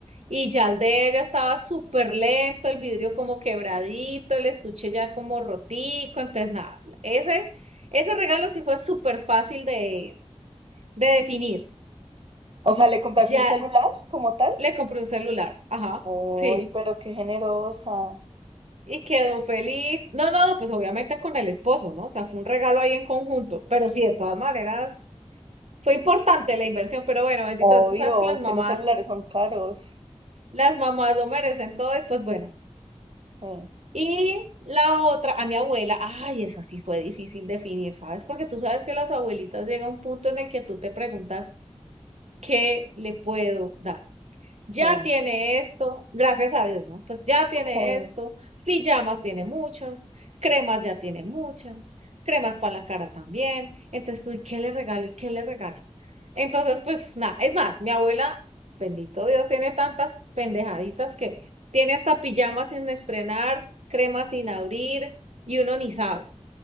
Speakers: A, on the right; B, on the right.
A: Y ya el de ella estaba súper lento, el vidrio como quebradito, el estuche ya como rotico. Entonces, nada, ese, ese regalo sí fue súper fácil de, de definir.
B: O sea, ¿le compraste
A: Ya
B: un celular como tal?
A: le compré un celular. Ajá,
B: Uy,
A: sí.
B: pero qué generosa.
A: Y quedó feliz. No, no, no, pues obviamente con el esposo, ¿no? O sea, fue un regalo ahí en conjunto. Pero sí, de todas maneras, fue importante la inversión. Pero bueno, bendito
B: Obvio,
A: Dios, tú sabes que las
B: es
A: mamás,
B: que los celulares son caros.
A: las mamás lo merecen todo y pues bueno.
B: Sí,
A: Y la otra, a mi abuela, ay, esa sí fue difícil definir, ¿sabes? Porque tú sabes que las abuelitas llega un punto en el que tú te preguntas, ¿qué le puedo dar? ya
B: sí,
A: tiene esto, gracias a Dios, ¿no? Pues ya tiene
B: sí.
A: esto, pijamas tiene muchas, cremas ya tiene muchas, cremas para la cara también. Entonces tú, ¿y qué le regalo? ¿Y qué le regalo? Entonces, pues nada, es más, mi abuela, bendito Dios, tiene tantas pendejaditas que tiene hasta pijamas sin estrenar, cremas sin abrir. Y uno ni sabe.